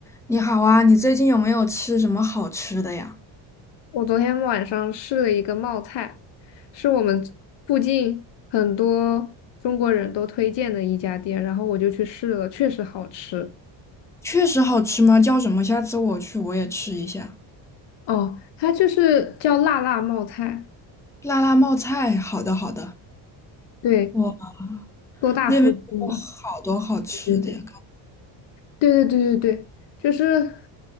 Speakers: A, in the centre; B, on the left (about 60°).
A: 你好啊，你最近有没有吃什么好吃的呀？
B: 我昨天晚上试了一个冒菜，是我们附近很多中国人都推荐的一家店，然后我就去试了，确实好吃。
A: 确实好吃吗？叫什么？下次我去我也吃一下。
B: 哦，它就是叫辣辣冒菜，
A: 辣辣冒菜，好的好的。
B: 对，
A: 我
B: 多大附近的，
A: 那边有好多好吃的呀。
B: 对对对对对对对，就是